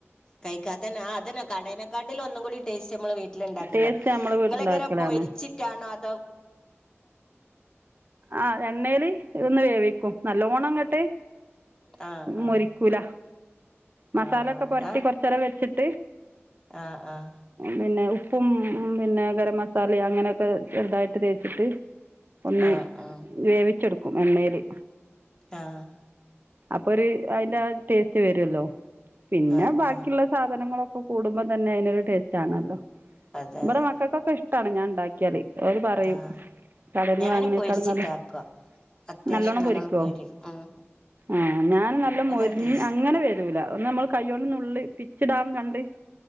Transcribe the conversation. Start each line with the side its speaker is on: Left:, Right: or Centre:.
Left: കൈക്കാം അത് തന്നെ കടേനക്കാട്ടിൽ ഒന്നും കൂടി ടേസ്റ്റ് നമ്മൾ വീട്ടല് ഇണ്ടാക്കുന്ന
Right: ടേസ്റ്റ് നമ്മള് വീട്ടിലുണ്ടാക്കലാണ്
Left: നിങ്ങള് എങ്ങന പോ വിരിച്ചിട്ടാണോ അ
Right: ആഹ് എണ്ണല് ഇതൊന്ന് വേവിക്കും നല്ലോണം അങ്ങ ട്ട്
Left: ആഹ് ആഹ്
Right: മൊരിക്കൂല മസാല
Left: ആഹ്
Right: ഒക്കെ പുരട്ടി
Left: ഞാ
Right: കൊറച്ച് നേരം വെച്ചിട്ട്
Left: ആഹ് ആഹ്
Right: പിന്നെ ഉപ്പും പിന്നെ ഗരം മസാല അങ്ങനെയൊക്കെ ചെറുതായിട്ട് തേച്ചിട്ട് ഒന്ന്
Left: ആഹ് ആഹ്
Right: വേവിച്ചെടുക്കും എണ്ണല്
Left: ആഹ്
Right: അപ്പൊ ഒരു അതിന്റെ ആഹ് ടേസ്റ്റ് വരുല്ലോ പിന്നെ
Left: ആഹ്
Right: ബാക്കിയുള്ള
Left: ആഹ്
Right: സാധനങ്ങളൊക്കെ കൂടുമ്പോ തന്നെ അതിനൊരു ടേസ്റ്റ് ആണല്ലോ
Left: അതെ
Right: ഇവിടെ
Left: അതെ
Right: മക്കൾക്കൊക്കെ ഇഷ്ടമാണ് ഞാൻ ഉണ്ടാക്കിയാല് പറയും
Left: ആഹ്
Right: കടൽനിന്ന്
Left: ഞാന്
Right: വാങ്ങണക്കാൾ
Left: പൊരിച്ചിട്ടാക്കുക
Right: നല്ല
Left: അത്യാവശ്യം
Right: നല്ലോണം
Left: നല്ലോണ്ണം
Right: പൊരിക്കോ
Left: പൊരിയും ഉം
Right: ആഹ് ഞാൻ നല്ല
Left: അതാ
Right: മൊരി
Left: ടേസ്റ്റ്
Right: അങ്ങനെ വരൂല ഒന്ന് നമ്മൾ കൈ്യോള്ളന്നുള്ളി പിച്ചിടാൻ കണ്ട്